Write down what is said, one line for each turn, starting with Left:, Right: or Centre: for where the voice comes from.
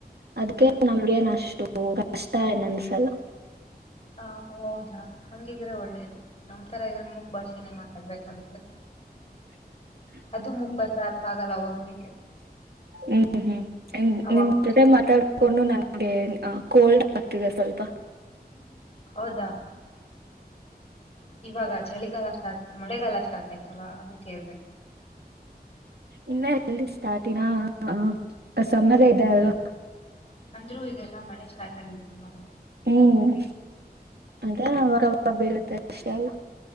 Right: ಅದ್ಕ್ಕೆ
Left: ಹ್ಮ್
Right: ನಮ್ಗೇನ್ ಅಷ್ಟು ಕಷ್ಟ ಏನ್ನ್ಸಲ್ಲ
Left: ಹಾ ಹೌದಾ ಹಂಗಿದ್ರೆ ಒಳ್ಳೇದು ನಮ್ ತರ ಇದ್ರೆ ಮುಕ್ ಭಾಷೆನೇ ಮಾತಾಡ್ಬೇಕಾಗಬೇಕೆ
Right: <inaudible>
Left: ಅದು ಮುಪ್ಪ ಸಾರ್ಪ ಆಗಲ್ಲ ಒಬ್ರಿಗೆ.
Right: ಹ್ಮ್ ಹ್ಮ್ ನಿಮ್
Left: ಅವಾಗ
Right: ನಿಮ್ಮ್ ಕಡೆ
Left: ತುಂಬಾ
Right: ಮಾತಾಡ್, ಗುಂಡು ನಂಗೆ ಆ ಕೋಲ್ಡ್ ಆಗ್ತಿದೆ ಸ್ವಲ್ಪ
Left: <unintelligible> ಹೌದಾ.. ಇವಾಗ ಚಳಿಗಾಲ ಸ್ಟಾರ್ಟ್ ಮಳೆಗಾಲ ಸ್ಟಾರ್ಟ್ ಆಯ್ತಲ್ಲಾ ಅದಕ್ಕೆ ಇರಬೇಕ
Right: ಇನ್ನ ಎಲ್ಲಿ ಸ್ಟಾರ್ಟ ಇಲ್ಲ ಸಮರ ಇದೆ ಅಲ್ವಾ?
Left: ಅಂದ್ರೂ ಈಗೆಲ್ಲಾ ಮಳೆ ಸ್ಟಾರ್ಟ್ ಆಗಿದೆಲ್ವಾ?
Right: ಹ್ಮ್ ಅದೆ ಅವಾಗ ಅವಾಗ್ ಬೀಳುತ್ತೆ ವಿಷಲ್.